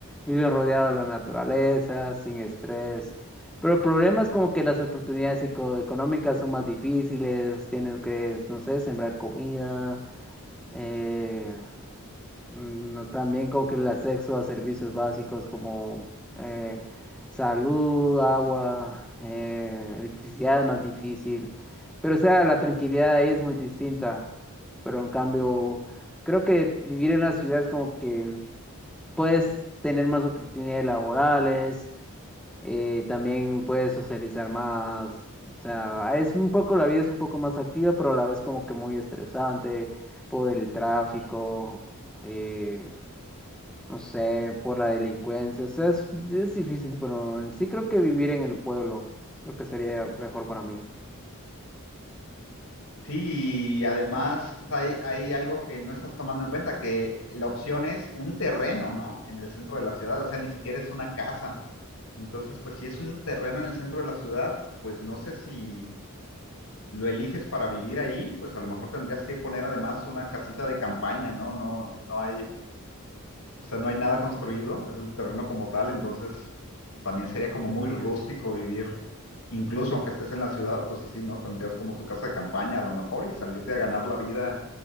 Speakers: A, in the centre; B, on the left.
A: vives rodeado de la naturaleza, sin estrés. Pero el problema es como que las oportunidades eco- económicas son más difíciles, tienes que, no sé, sembrar comida Eh, mm, no, también como que el acceso a servicios básicos como eh, salud, agua, eh, electricidad es más difícil. Pero o sea, la tranquilidad ahí es muy distinta. Pero en cambio, creo que vivir en la ciudad es como que puedes tener más oportunidades laborales, eh, también puedes socializar más. O sea, es un poco, la vida es un poco más activa, pero a la vez como que muy estresante por el tráfico, eh, no sé, por la delincuencia. O sea, es, es difícil, pero en sí creo que vivir en el pueblo, creo que sería mejor para mí.
B: Sí, y además hay, hay algo que no estás tomando en cuenta, que la opción es un terreno, ¿no? En el centro de la ciudad, o sea, ni siquiera es una casa. Entonces, pues si es un terreno en el centro de la ciudad, pues no sé si lo eliges para vivir ahí, pues a lo mejor tendrías que poner además una casita de campaña, ¿no? No, no hay o sea, no hay nada construido, es el terreno como tal, entonces también sería como muy rústico vivir, incluso aunque estés en la ciudad, pues así, ¿no? Tendrías como tu casa de campaña a lo mejor y salirte a ganar la vida